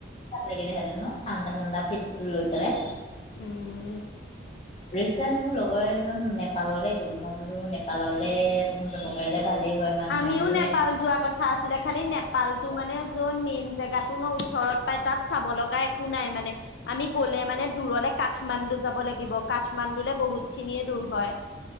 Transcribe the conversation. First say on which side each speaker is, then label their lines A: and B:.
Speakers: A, on the left; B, on the left.
A: ভাল লাগিলেঁহেতেন ন, ঠাণ্ডা - ঠাণ্ডা ফিলটো লৈ পেলাই?
B: উম।
A: ৰিচেণ্ট মোৰ লগৰ এজন নেপাললৈ গ'ল। মই বোলো নেপাললৈ এবাৰ যাব পাৰিলে ভালেই হয়। মানুহে
B: আমিও
A: বোলো
B: নেপাল যোৱাৰ কথ কথা আছিলে খালি নেপালটো মানে য'ত মেইন জেগাটো ন ওচৰত পায় তাত চাব লগা এক কো নাই মানে? আমি গ'লে মানে দূৰলে কাঠমাণ্ডু যাব লাগিব কাঠমাণ্ডুলে বহুতখিনিয়ে দূৰ হয়।